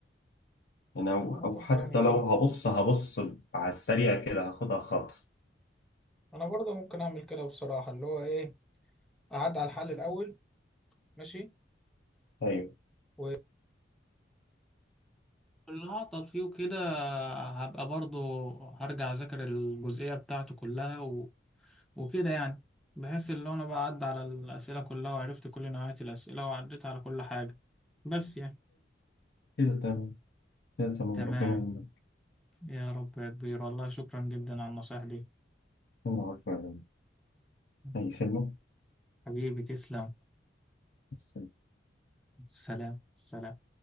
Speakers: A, on the left; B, in the centre.
A: أنا أو
B: انا
A: أو
B: بفكر
A: حتى
B: اعمل كده
A: لو هبص هبص على السريع كده هاخدها خطف
B: انا برضه ممكن اعمل كده بصراحه اللي هو ايه اعدي على الحل الاول ماشي
A: أيوه
B: و... اللي هعطل فيه كده هبقى برضو هرجع أذاكر الجزئية بتاعته كلها وكده يعني بحيث اللي انا بقى عدى على الأسئلة كلها وعرفت كل نوعية الأسئلة وعديت على كل حاجة بس يعني
A: كده تمام كده تمام
B: تمام
A: ربنا يعينك
B: يا رب يا كبير والله شكرا جدا على النصايح دي
A: أنا عارفه يعني
B: مم.
A: أي خدمة
B: حبيبي تسلم
A: بس
B: سلام سلام